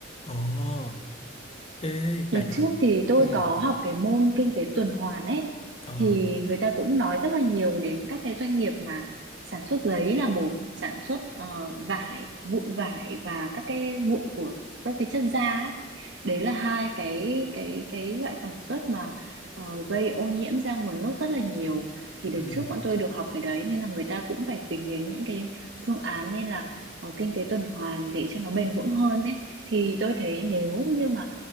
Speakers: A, on the left (about 30°); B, on the right (about 65°).
A: ồ ê
B: Đợt
A: bà nói
B: trước thì tôi
A: ừ
B: có học cái môn kinh tế tuần hoàn ấy
A: ờ
B: thì người ta cũng nói rất là nhiều đến các cái doanh nghiệp mà sản xuất giấy là một, sản xuất ờ, vải, vụn vải và các cái vụn của các cái chất da ấy. Đấy là hai cái cái cái loại sản xuất mà ờ, gây ô nhiễm ra nguồn nước rất là nhiều. Thì đợt
A: ừ
B: trước bọn tôi được học cái đấy nên là người ta cũng phải tính đến những cái phương án như là ờ, kinh tế tuần hoàn để cho nó bền vững hơn ấy. Thì tôi thấy nếu như mà